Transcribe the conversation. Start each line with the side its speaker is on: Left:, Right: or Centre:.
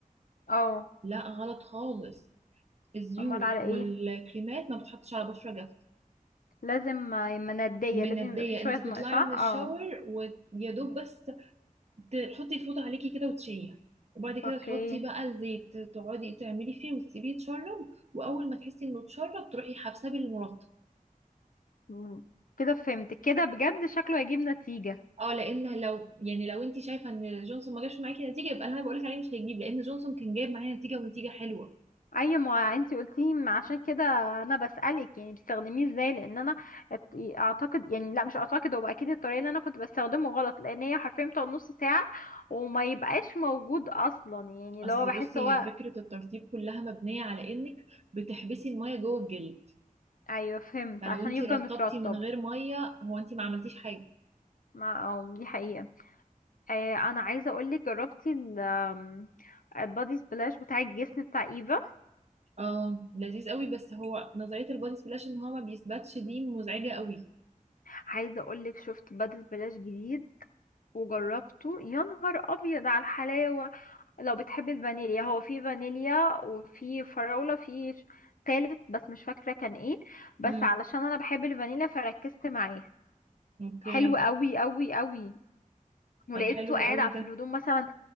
Left: اه
Right: لا غلط خالص الزيوت
Left: امال على
Right: والكريمات
Left: ايه
Right: ما بتحطش على بشرة جافة
Left: لازم مندية
Right: مندية
Left: لازم يبقى في شوية
Right: انتي بتطلعي
Left: ماء صح
Right: من الشاور
Left: اه
Right: ويا دوب بس تحطي الفوطة عليكي كده وتشيليها وبعد كده
Left: اوكي
Right: تحطي بقى الزيت تقعدي تعملي فيه وتسيبيه يتشرب واول ما تحسي انه اتشرب تروحي حابساه بالمرطب
Left: مم. كده فهمت كده بجد شكله هيجيب نتيجة
Right: اه لان لو يعني لو انت شايفه ان جونسون ما جابش معاكي نتيجه يبقى اللي انا بقولك عليه مش هيجيب لان جونسون كان جايب معايا نتيجه ونتيجه حلوه
Left: اي ما انتي قلتي ما عشان كده انا بسألك يعني بتستخدميه ازاي لان انا ات- اعتقد يعني لا مش اعتقد هو اكيد الطريقه اللي انا كنت بستخدمه غلط لان هي حرفيا بتقعد نص ساعه وما يبقاش موجود اصلا يعني
Right: اصل
Left: لو هو بحس
Right: بصي
Left: هو
Right: هي فكره الترطيب كلها مبنيه على انك بتحبسي الميه جوه الجلد
Left: ايوه فهمت
Right: فلو
Left: عشان
Right: انت
Left: يفضل
Right: رطبتي
Left: مترطب
Right: من غير ميه هو انت ما عملتيش حاجه
Left: مع اه دي حقيقه آه انا عايزه اقولك جربتي ال آم، البادي سبلاش بتاع الجسم بتاع ايفا
Right: اه لذيذ قوي بس هو نظريه البودي سبلاش ان هو ما بيثبتش دي مزعجه قوي
Left: عايزه اقولك شفت بادي سبلاش جديد وجربته يا نهار ابيض على الحلاوه لو بتحب الفانيليا هو في فانيليا وفي فراولة في ش- تالت بس مش فاكرة كان ايه بس
Right: امم
Left: علشان انا بحب الفانيليا فركزت معاه
Right: اوكي
Left: حلو قوي قوي قوي ولقيته
Right: طب حلو
Left: قاعد
Right: قوي ده
Left: على- في الهدوم مثلا